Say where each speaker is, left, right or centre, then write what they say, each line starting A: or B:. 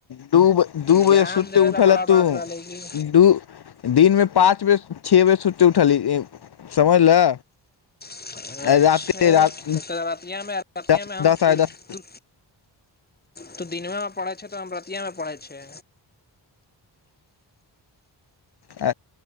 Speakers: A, on the left; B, on the left.
A: दू दू बजे
B: ज्ञ्यान
A: सुति
B: देबै
A: उठल
B: ला बड़ा
A: ह तू
B: बात बा लेकिन
A: दू दिनमे पाँच बजे छे बजे सुतके उठली समझ ल
B: अच्छा
A: राते रात
B: तऽ कल रतिया में आर रतियामे
A: दस
B: हम
A: साढ़े
B: सु
A: दस
B: तु तु दिनवामे परै छै त हम रतियामे पड़े छै
A: आ